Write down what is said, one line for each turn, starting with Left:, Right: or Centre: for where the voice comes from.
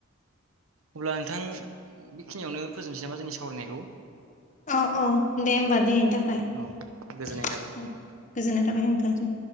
Right: अब्ला नोंथां बेखिनियावनो फोजोबनोसै नामा जोंनि सावरायनायखौ
Left: अ अ दे होमबा दे थाखाय
Right: औ गोजोननाय
Left: गोजोननाय
Right: थाबाय औ
Left: थाबाय नोंथांजों